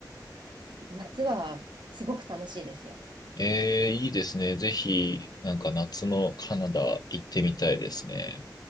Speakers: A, on the right; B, on the left.
A: 夏はすごく楽しいですよ。
B: えー、いいですね。ぜひ、なんか夏のカナダ行ってみたいですね。